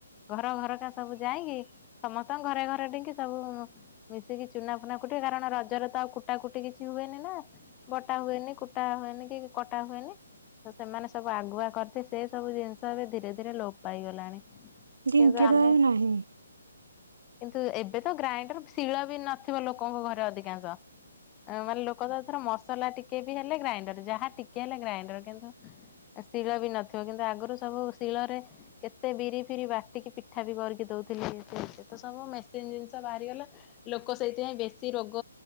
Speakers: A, on the left; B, on the right.
A: ।ଘର ଘରକା ସବୁ ଯାଇଁକି ସମସ୍ତଙ୍କ ଘରେ ଘରେ ଢିଙ୍କି ସବୁ ମିଶିକି ଚୁନା ଫୁନା କୁଟିବେ କାରଣ ରଜରେ ତ ଆଉ କୁଟା କୁଟି କିଛି ହୁଏନି ନା ବଟା ହୁଏନି କୁଟା ହୁଏନି କି କଟା ହୁଏନି ତ ସେମାନେ ସବୁ ଆଗୁଆ କରତି ସେ ସବୁ ଜିନିଷ ଏବେ ଧୀରେ ଧୀରେ ଲୋପ୍ ପାଇଗଲାଣି।
B: ଢିଙ୍କି
A: କିନ୍ତୁ ଆମେ
B: ତ ଆଉ ନାହିଁ।
A: କିନ୍ତୁ ଏବେ ତ ଗ୍ରାଇଣ୍ଡର୍ ଶିଳ ବି ନଥିବ ଲୋକଙ୍କ ଘରେ ଅଧିକାଂଶ। <unintelligible> ଲୋକ ତ ଥର ମସ୍ ମସଲା ଟିକେ ବି ହେଲେ ଗ୍ରାଇଣ୍ଡର ଯାହା ଟିକେ ହେଲେ ଗ୍ରାଇଣ୍ଡର। କିନ୍ତୁ ଶିଳ ବି ନଥିବ କିନ୍ତୁ ଆଗରୁ ସବୁ ଶିଳରେ କେତେ ବିରି ଫିରି ବାଟିକି ପିଠା ବି କରିକି ଦଉଥିଲି ଏତେ ଏତ-ସବୁ ମେସିନ୍ ଜିନିଷ ବାହାରିଗଲା ଲୋକ ସେଇଥିପାଇଁ ବେଶୀ ରୋଗ